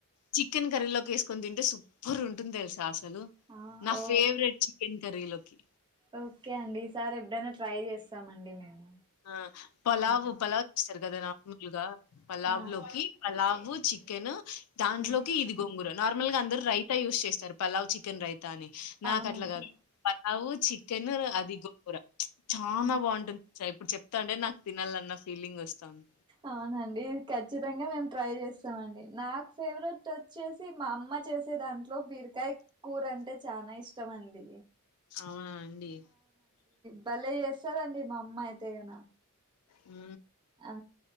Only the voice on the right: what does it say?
ఆ
ఓ
ఓకే అండి ఈసారి ఎప్పుడైనా ట్రై చేస్తామండి మేము
హ్మ్.
ఆ
హ్మ్.
అవునండి
హ్మ్.
అవునండి ఖచ్చితంగా మేము ట్రై చేస్తామ అండి నాకు ఫేవరెట్ వచ్చేసి మా అమ్మ చేసే దాంట్లో బియా తరకాయ కూర అంటే చాలా ఇష్టంమంది
భళ్లే చేస్తదండి మా అమ్మాయి అయితే కన
ఆ